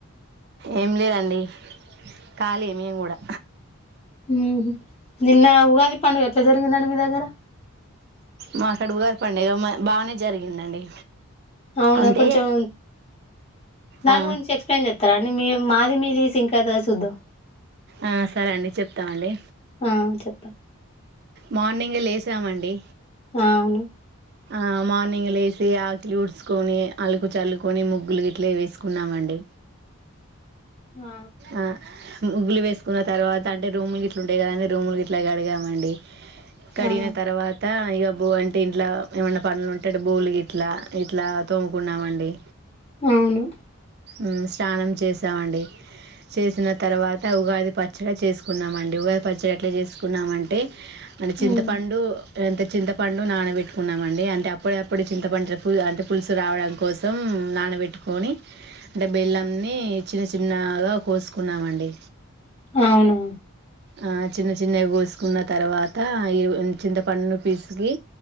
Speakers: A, on the right; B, on the left.
A: ఏం లేదండి ఖాళీ మేము కూడా
B: ఉహూ నిన్న ఉగాది పండుగ ఎట్లా జరిగిందండి మీ దగ్గర
A: మా కాడ ఉగాది పండగ బాగానే జరిగిందండి
B: అవునా
A: అంటే
B: కొంచెం దాని
A: ఆ
B: గురించి ఎక్స్ప్లెయిన్ చేస్తారా అండి మీ మాది మీది సింకైతా సుద్దం
A: ఆ సరే అండి చెప్తామండి
B: ఆ చెప్పండి
A: మార్నింగ్ లేసామండి
B: ఆ అవును
A: ఆ మార్నింగ్ లేసి ఆకిలి ఊడ్చకొని అలుకు చల్లుకొని ముగ్గులు గీట్లే వేసుకున్నామండి
B: ఆ
A: ఆ ముగ్గులు వేసుకున్న తర్వాత అంటే రూములు గిట్ల ఉంటాయి కదా అండి రూముల గిట్ల కడిగామండి కడిగిన
B: ఆ
A: తర్వాత అ ఇగబో అంటే ఇంట్లో ఏమైన్నా పనులు ఉంటే బోకులు ఇట్లా ఇట్లా తోముకున్నామండి
B: అవును
A: ఉమ్ స్నానం చేసామండి చేసిన తర్వాత ఉగాది పచ్చడి చేసుకున్నామండి ఉగాది పచ్చడి ఎట్లా చేసుకున్నామంటే మన చింతపండు
B: మ్మ్
A: అంతే చింతపండు నానబెట్టుకున్నామండి అంటే అప్పుడప్పుడు చింతపండు పు అంటే పులుసు రావడం కోసం నానబెట్టుకొని అంటే బెల్లం నీ చిన్న చి న్నగా కోసుకున్నామండి
B: అవును
A: ఆ చిన్న చిన్నవి కోసుకున్న తర్వాత్ త అ చింతపన్ను పిసికి